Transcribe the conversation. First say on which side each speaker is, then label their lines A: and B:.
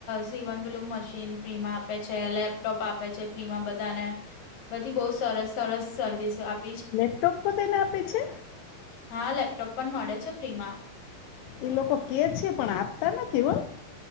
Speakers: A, on the left; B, on the left.
A: સીવન પેલું મશીન ફ્રી માં આપે છે. લેબ લપટોપ આપે છે ફ્રીમાં બધાને બધી બહુ સરસ સરસ સર્વિસ આપ
B: લેપટોપ પોને આપે છે.
A: હા લેપટોપ પણ મળે છે ફ્રી માં.
B: એ લોકો કે છે પણ આપતા નથી હ.